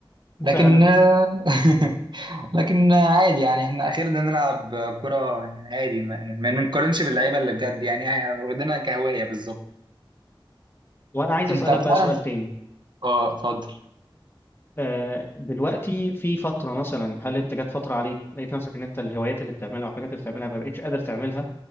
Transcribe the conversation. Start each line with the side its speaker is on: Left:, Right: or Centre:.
Left: <laughs>
Right: لكن
Left: فعلا
Right: <laughs> لكن عادي يعني احنا اخيرا نلعب كرة يعني عادي ما, يعني ما نقارنش باللعيبة اللي بجد يعني احنا واخدينها كهواية بالظبط
Left: وانا عايز اسالك
Right: انت بتعرف
Left: بقى سؤال تاني
Right: اه اتفضل
Left: آه دلوقتي في فتره مثلا هل انت جت فتره عليك لقيت نفسك ان انت الهوايات اللي بتعملها والحاجات اللي بتعملها ما بقتش قادر تعملها